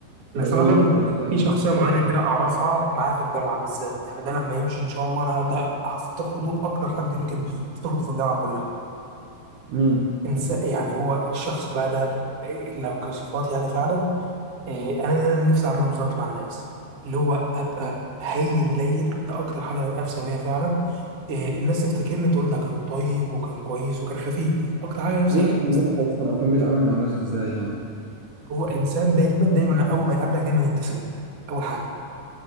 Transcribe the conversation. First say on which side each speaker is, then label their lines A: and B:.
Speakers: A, on the right; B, on the right.
A: تبقى
B: انا فعلا
A: زيه او كده يعني
B: في شخصيه معينه كده اعرفها معاها في الجامعه بالذات يعني ده لما يمشي ان شاء الله انا ده هفتقده اكتر حد يمكن افتقده في الجامعه كلها
A: مين
B: انسان يعني هو الشخص بقى ده إيه، لو كصفات يعني فعلا إيه، انا ده اللي نفسي اعمله بالظبط مع الناس اللي هو ابقى هاي اللين ده اكتر حاجه انا نفسي بيها فعلا إيه، الناس تفتكرني تقول ده كان طيب وكان كويس وكان خفيف اكتر حاجه نفسي
A: ايه كان
B: الناس-
A: موقفه اصلا او كان بيتعامل مع الناس ازاي يعني
B: هو انسان دايما دايما اول ما يقابلك دايما يبتسم لك اول حاجه